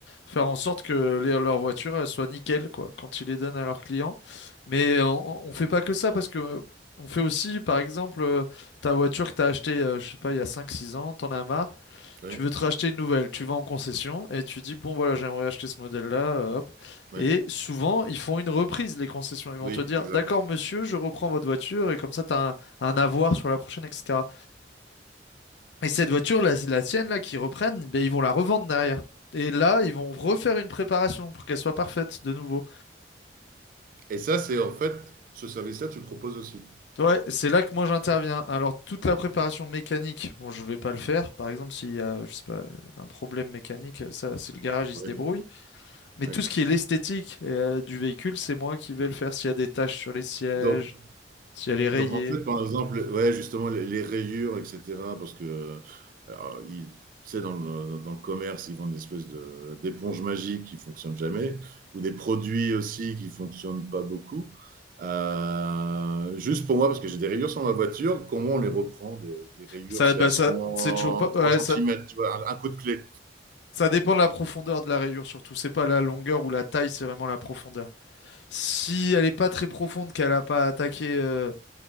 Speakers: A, on the left (about 70°); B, on the right (about 50°).
A: faire en sorte que les- leurs voitures elles soient nickel, quoi, quand ils les donnent à leurs clients. Mais on, on fait pas que ça parce que on fait aussi, par exemple, euh, ta voiture que t'as achetée, euh, je sais pas, il y a cinq six ans, t'en as marre.
B: Ouais,
A: Tu veux te racheter une nouvelle, tu vas en concession et tu dis, bon voilà, j'aimerais acheter ce modèle-là, euh, hop.
B: ouais,
A: Et souvent, ils font une reprise, les concessions. Ils vont
B: oui,
A: te dire,
B: exact.
A: d'accord, monsieur, je reprends votre voiture et comme ça, tu as un, un avoir sur la prochaine, etc. Et cette voiture, la, la tienne, là, qu'ils reprennent, ben, ils vont la revendre derrière. Et là, ils vont refaire une préparation pour qu'elle soit parfaite de nouveau.
B: Et ça, c'est en fait, ce service-là, tu le proposes aussi.
A: Ouais, c'est là que moi j'interviens. Alors, toute la préparation mécanique, bon, je vais pas le faire. Par exemple, s'il y a, je sais pas, un problème mécanique, ça, c'est le garage, il
B: Ouais,
A: se débrouille. Mais
B: ouais.
A: tout ce qui est l'esthétique euh, du véhicule, c'est moi qui vais le faire. S'il y a des taches sur les sièges,
B: Donc,
A: si elle est rayée.
B: donc, en fait, par exemple, ouais, justement, les, les rayures, etc., parce que, alors, ils- tu sais, dans le, dans le commerce, ils vendent des espèces de- d'éponges magiques qui fonctionnent jamais, ou des produits aussi qui fonctionnent pas beaucoup. Euh, juste pour moi, parce que j'ai des rayures sur ma voiture, comment on les reprend, des, des rayures,
A: Ça,
B: si
A: bah
B: elles
A: ça,
B: sont
A: c'est toujours pas. ouais,
B: 3 centimètres,
A: ça,
B: tu vois, un, un coup de clé,
A: ça dépend de la profondeur de la rayure surtout. C'est pas la longueur ou la taille, c'est vraiment la profondeur. Si elle est pas très profonde, qu'elle a pas attaqué euh,